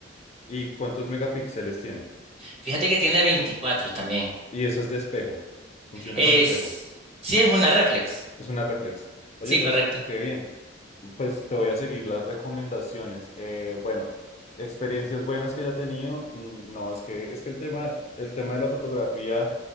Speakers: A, on the left; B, on the right.
A: ¿Y cuántos megapíxeles tiene?
B: Fíjate que tiene 24 también.
A: Y esa es de espejo. Funciona
B: Es,
A: con espejo.
B: sí, es una reflex.
A: Es una reflex. Oye,
B: Sí,
A: pues
B: correcto. <laughs>
A: qué bien. Pues te voy a seguir las recomendaciones. Eh, bueno, experiencias buenas que haya tenido. mm, No, es que es que el tema, el tema de la fotografía